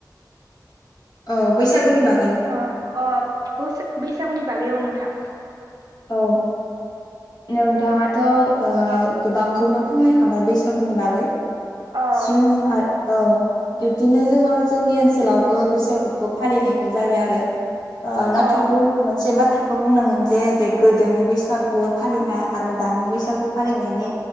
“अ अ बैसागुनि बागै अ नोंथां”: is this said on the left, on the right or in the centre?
Right